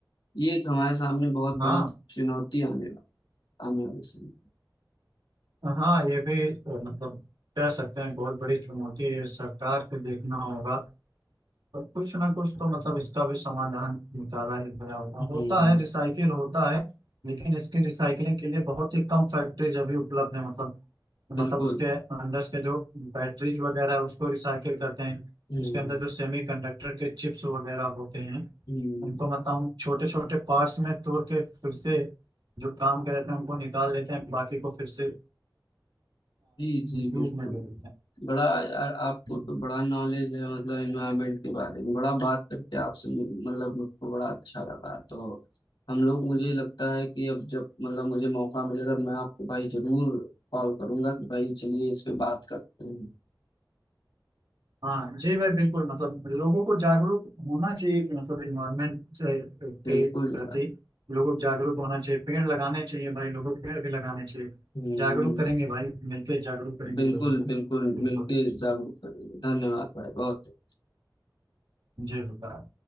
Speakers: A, on the left (about 80°); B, on the right (about 80°).
A: ये एक हमारे सामने बहुत
B: हाँ
A: बड़ी चुनौती आने वा- आने वाली समय
B: हाँ ये भी अ, मतलब कह सकते हैं बहुत बड़ी चुनौती है ये सरकार को देखना होगा पर कुछ ना कुछ तो मतलब इसका भी समाधान निकाला ही गया होगा
A: हम्म
B: होता है रिसाइकिल होता है लेकिन इसकी रिसाइकलिंग के लिए बहुत ही कम फैक्ट्रीज अभी उपलब्ध है मतलब मतलब
A: बिल्कुल
B: उसके अंदर के जो बैटरीज वगैरह है उसको रिसाइकिल करते हैं
A: हम्म
B: उसके अंदर जो सेमी कंडक्टर के चिप्स वगैरह होते हैं
A: हम्म
B: उनको मतलब हम छोटे छोटे पार्ट्स में तोड़ के फिर से जो काम के रहते हैं उनको निकाल लेते हैं बाकी को फिर से
A: जी जी बिल्कुल
B: यूज में ले लेते
A: बड़ा यार आपको
B: हैं
A: तो बड़ा नॉलेज है मतलब इन्वायरमेंट के बारे में बड़ा बात करके आपसे मु- मतलब मुझको बड़ा अच्छा लगा तो हम लोग मुझे लगता है कि अब जब मतलब मुझे मौका मिलेगा तो मैं आपको भाई जरूर कॉल करूंगा कि भाई चलिए इस पे बात करते हैं
B: हाँ जी भाई बिल्कुल मतलब लोगों को जागरूक होना चाहिए कि मतलब इन्वायरमेंट
A: बिल्कुल
B: के प्रति
A: यार
B: लोगों को जागरूक होना चाहिए पेड़ लगाने चाहिए भाई लोगों को पेड़ भी लगाने चाहिए
A: हम्म
B: जागरूक करेंगे भाई मिलकर जागरूक करेंगे
A: बिल्कुल
B: लोगों को
A: बिल्कुल
B: बिल्कुल
A: मिलके जागरूक करेंगे धन्यवाद भाई बहुत
B: जी होगा